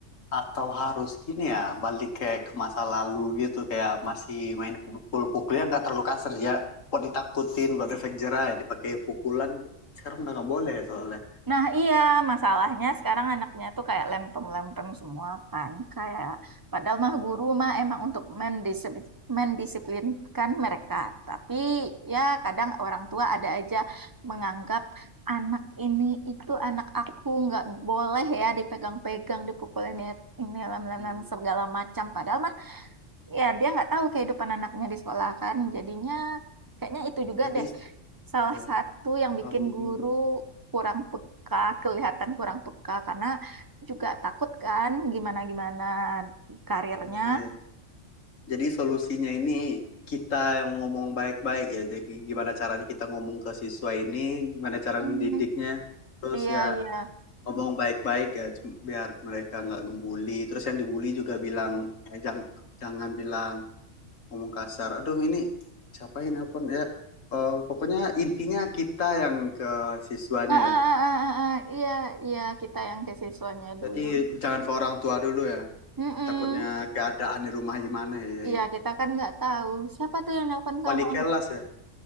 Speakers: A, on the left (about 85°); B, on the right (about 20°).
A: Atau harus gini ya, balik kayak ke masa lalu gitu, kayak masih main pukul-pukulnya nggak terlalu kasar ya. Buat ditakutin, buat efek jerah ya, dipakai pukulan. Sekarang udah nggak boleh soalnya.
B: Nah, iya, masalahnya sekarang anaknya tuh kayak lempem-lempem semua kan. Kayak padahal mah guru mah emang untuk mendisip- mendisiplinkan mereka. Tapi ya kadang orang tua ada aja menganggap anak ini itu anak aku nggak boleh ya dipegang-pegang, dipukulin ini lem-lem
A: Hmm.
B: segala macam. Padahal mah ya dia nggak tahu kehidupan anaknya di sekolah kan jadinya kayaknya itu juga
A: Jadi,
B: deh salah
A: ya,
B: satu yang bikin
A: oh,
B: guru
A: mm,
B: kurang peka kelihatan kurang peka karena juga takut kan gimana gimana karirnya
A: iya. Jadi solusinya ini kita yang ngomong baik-baik ya. Jadi gimana caranya kita ngomong ke siswa ini, gimana cara
B: Hmm,
A: mendidiknya. Terus
B: iya
A: ya
B: iya
A: ngomong baik-baik ya, cum- biar mereka nggak gembuli. Terus yang dibully juga bilang, ya, jang- jangan bilang ngomong kasar. Aduh, ini siapa yang nelpon ya? Eh, pokoknya intinya kita yang ke siswanya
B: ah, ah,
A: ya.
B: ah, ah, ah, ah, iya iya kita yang ke siswanya dulu
A: Jadi jangan ke orang tua dulu ya.
B: Mm-mm.
A: Takutnya keadaan di rumah gimana ya. ya,
B: iya
A: ya.
B: kita kan nggak tahu siapa tuh yang nelpon kamu
A: Wali kelas ya.